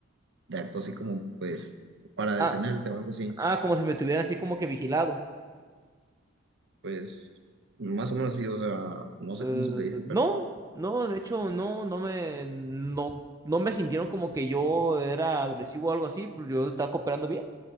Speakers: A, on the right; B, on the right.
A: de acto así como pues para detenerte
B: ah,
A: o algo así,
B: ah, como si me tuvieran así como que vigilado.
A: pues más o menos sí, o sea, no sé
B: Eh,
A: cómo se le dice, pero
B: no, no, de hecho, no, no me, no, no me sintieron como que yo era agresivo o algo así, pero yo estaba cooperando bien.